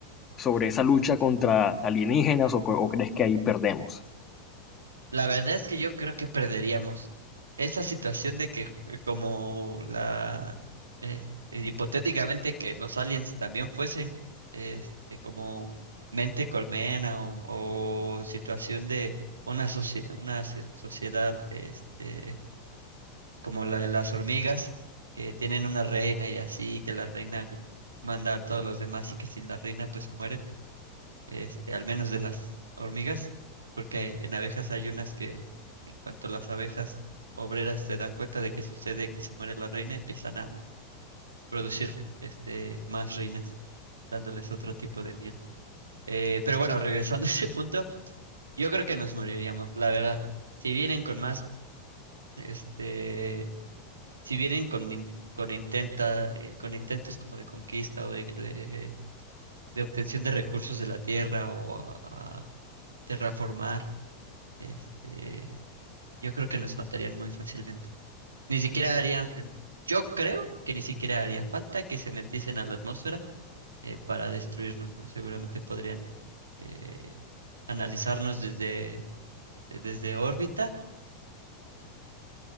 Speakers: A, on the left; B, on the right.
A: sobre esa lucha contra alienígenas o, co- o crees que ahí perdemos?
B: La verdad es que yo creo que perderíamos esa situación de que eh, como la eh, eh, hipotéticamente que los aliens también fuesen este, como mente colmena o, o situación de una, socie- una se- sociedad este, como la de las hormigas que tienen una reina y así que la reina manda a todos los demás y que sin la reina pues se mueren este, al menos de las hormigas, porque en abejas hay unas que, en cuanto las abejas obreras se dan cuenta de que sucede que se muere la reina, empiezan a producir este, más reinas, dándoles otro tipo de miel. Eh, pero bueno, regresando <laughs> a ese punto, yo creo que nos moriríamos, la verdad. Si vienen con más, este, si vienen con, in- con intenta, eh, con intentos como de conquista o de, de, de obtención de recursos de la tierra o a a terraformar, Este, yo creo que nos matarían muy fácilmente. Ni siquiera harían, en- yo creo que ni siquiera haría falta que se metiesen a la atmósfera eh, para destruirnos, ¿no? Seguramente podrían eh, analizarnos desde, desde órbita y-